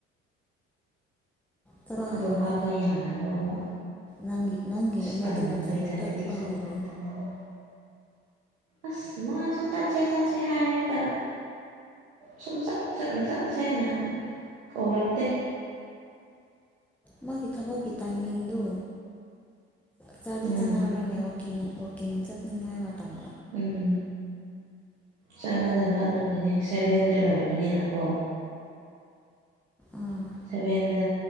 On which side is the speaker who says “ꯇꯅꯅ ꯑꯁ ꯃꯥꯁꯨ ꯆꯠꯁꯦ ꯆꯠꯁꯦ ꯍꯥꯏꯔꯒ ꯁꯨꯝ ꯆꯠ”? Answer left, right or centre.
Right